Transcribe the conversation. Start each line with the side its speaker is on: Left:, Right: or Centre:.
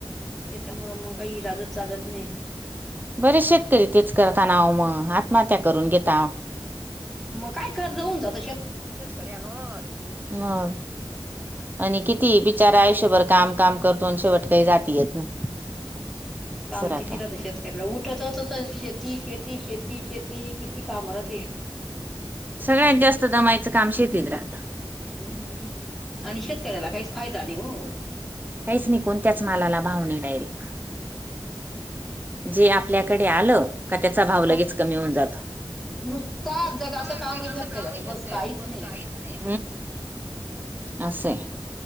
Centre: त्याच्यामुं मग काही इलाज चालत नाही.
Right: बरे शेतकरी तेच करताना मग आत्महत्या करून घता.
Centre: मग काय कर्ज होऊन जाात.
Right: करर ह. आणि किती बिचारा आयुष्यभर कामकाम करतो शेवट काही जात येत नाही.
Centre: काम
Right: असं राहतं
Centre: किती राहत शेतकऱला उठत तस शेती शेती शेती शेती किती काम राहते.
Right: सगळ्यात जास्त दमायचं काम शेतीत राहतं.
Centre: हम्म आणि शेतकऱ्याला काहीच फायदा नाही हो.
Right: काहीच निघून त्याच मालाला भावणे डायरेक्ट जे आपल्याकडे आलं का त्याचा भाव लगेच
Centre: हा
Right: कमी होऊन जातो.
Centre: नुसता.
Right: नुसता
Centre: जगाचं काम
Right: जगाचं
Centre: आहे शेतकऱ्याचं
Right: कामही शकत
Centre: बस
Right: त्याच
Centre: काहीच
Right: बस
Centre: नाही
Right: काहीच नाही. असे.